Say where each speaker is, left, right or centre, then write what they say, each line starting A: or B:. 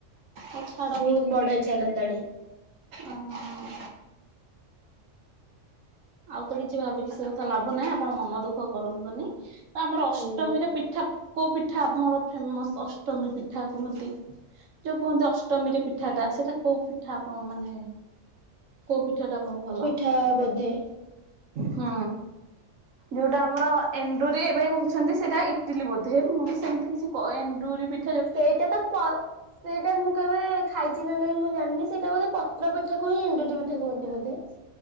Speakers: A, on the right; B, on the right.
A: ଆଛା।
B: ବହୁତ ବଡ ହେଇ ସାରନ୍ତାଣୀ।
A: ଅ ହଁ। ଆଉ ତ କିଛି ଭାବୁଛି ସେ କଥା ଲାଭ ନାହିଁ ଆପଣ ମନ ଦୁଃଖ କରନ୍ତୁନି ତ ଆମର ଅଷ୍ଟମୀରେ
B: ହୁଁ।
A: ପିଠା କୋଉ ପିଠା ଆମର ଫେମସ ଅଷ୍ଟମୀ ପିଠା କୁହନ୍ତି ଯୋଉ କୁହନ୍ତି ଅଷ୍ଟମୀରେ ପିଠାଟା ସେଇଟା କୋଉ ପି ଠା ଆପଣ ମାନେ କଉ ପିଠା ଟା ଆପଣଙ୍କୁ ଭଲ?
B: ଥା ବୋଧେ
A: ହୁଁ ଯୁଉଟା ଆମର ଏଣ୍ଡୁରି ଏବେ କହୁଛନ୍ତି ସେଇଟା ଇଟିଲି ବୋଧେ ମୁଁ ବି ସେମିତି କିଛି କ-ଏଣ୍ଡରି ପୀ
B: ସେଇଟା ପ ସେଇଟା ମୁଁ କେବେ ଖାଇଛି ନା ନାଇଁ ମୁଁ ଜାଣିନି ସେଇଟା ବଧେ ପତ୍ର ପିଠା କୁ ହିଁ ଏଣ୍ଡୁରି ପିଠା କୁହନ୍ତି ବୋଧେ?